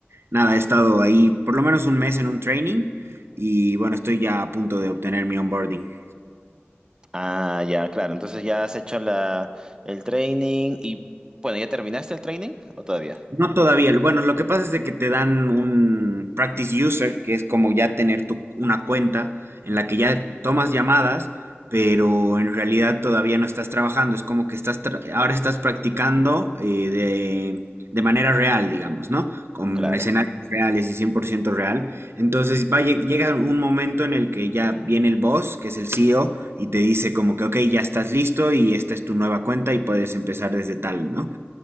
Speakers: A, on the right; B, on the right.
A: nada, he estado ahí por lo menos un mes en un training y bueno, estoy ya a punto de obtener mi onboarding.
B: Ah, ya, claro. Entonces ya has hecho la, el training y bueno, ¿ya terminaste el training o todavía?
A: No todavía. Bueno, lo que pasa es de que te dan un practice user, que es como ya tener tu, una cuenta en la que ya tomas llamadas, pero en realidad todavía no estás trabajando. Es como que estás tra- ahora estás practicando eh, de, de manera real, digamos, ¿no? Con
B: Claro,
A: escenarios reales y 100% real. Entonces va, a lle- llega un momento en el que ya viene el boss, que es el CEO, y te dice como que, ok, ya estás listo y esta es tu nueva cuenta y puedes empezar desde tal, ¿no?